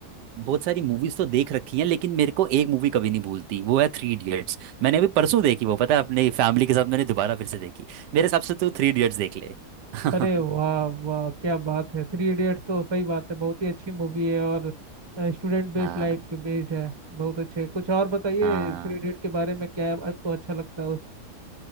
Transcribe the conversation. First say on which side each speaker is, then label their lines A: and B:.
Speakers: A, on the right; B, on the right.
A: बहुत सारी मूवीज तो देख रखी हैं लेकिन मेरे को एक मूवी कभी नहीं भूलती वो है थ्री इडियट्स मैंने अभी परसों देखी वो पता है अपनी फैमिली के साथ मैंने दोबारा फिर से देखी मेरे हिसाब से तो थ्री इडियट्स देख ले <laughs>
B: अरे वाह वाह क्या बात है थ्री इडियट्स तो सही बात है बहुत ही अच्छी मूवी है और स्टूडेंट बेस्ड
A: हाँ
B: लाइफ पे बेस्ड है बहुत अच्छे कुछ और बताइए
A: हाँ
B: थ्री इडियट के बारे में क्या आपको अच्छा लगता है